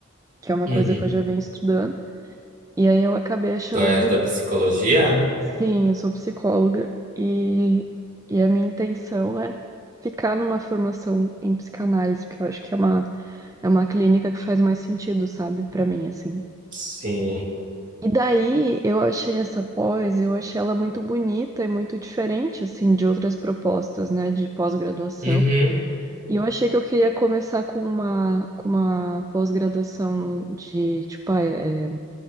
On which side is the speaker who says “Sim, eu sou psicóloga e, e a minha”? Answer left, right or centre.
Right